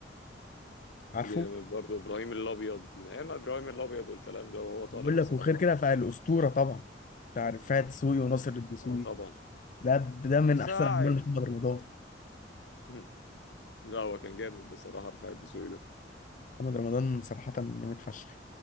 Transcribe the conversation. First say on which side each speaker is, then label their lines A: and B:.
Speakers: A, on the left; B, on the left.
A: عارفه
B: جامد برضه إبراهيم الأبيض من أيام إبراهيم الأبيض والكلام ده وهو طالع
A: بقول
B: بصراحة
A: لك وغير كده فالأسطورة طبعا بتاع رفاعة دسوقي وناصر الدسوقي
B: اه طبعا
A: ده ده من
B: رفاعي
A: أحسن أعمال محمد رمضان
B: <laughs> لا هو كان جامد بصراحة رفاعي الدسوقي ده
A: محمد رمضان صراحة جامد فشخ